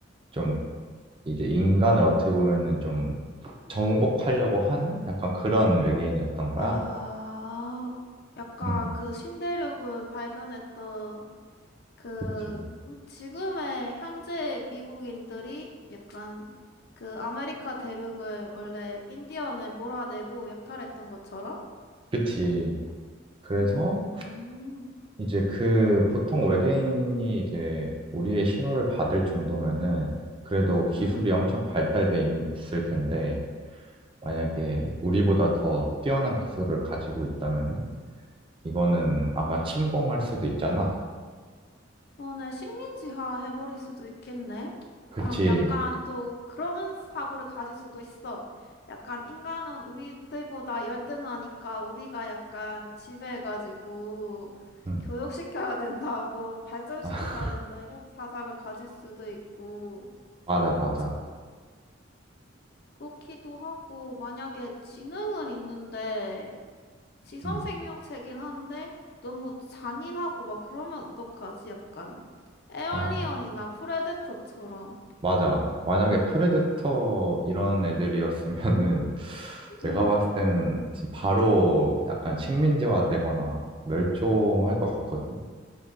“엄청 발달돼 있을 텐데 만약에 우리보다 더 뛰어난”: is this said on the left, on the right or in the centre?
Right